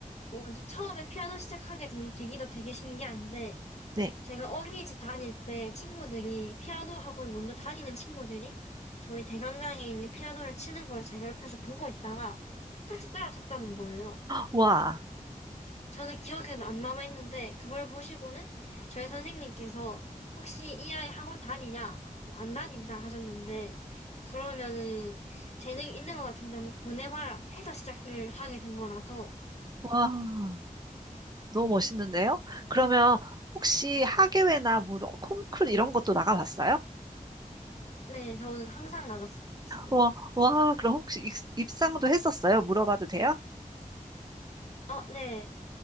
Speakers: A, on the left; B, on the right.
A: 뭐지, 처음에 피아노 시작하게 된 계기도 되게 신기한데,
B: 네.
A: 제가 어린이집 다닐 때 친구들이 피아노 학원 먼저 다니는 친구들이 저희 대강당에 있는 피아노를 치는 걸 제가 옆에서 보고 있다가 똑같이 따라쳤다는 거예요.
B: 와,
A: 저는 기억에도 안 남아있는데 그걸 보시고는 저희 선생님께서 혹시 이 아이 학원 다니냐? 뭐안 다닌다 하셨는데 그러면은 재능이 있는 것 같은데 한번 보내봐라 해서 시작을 하게 된 거라서
B: 와, 너무 멋있는데요? 그러면 혹시 하계회나 뭐 이런 콩쿨 이런 것도 나가봤어요?
A: 네, 저는 항상 나갔었어요.
B: 와, 와, 그럼 혹시 입, 입상도 했었어요? 물어봐도 돼요?
A: 어, 네.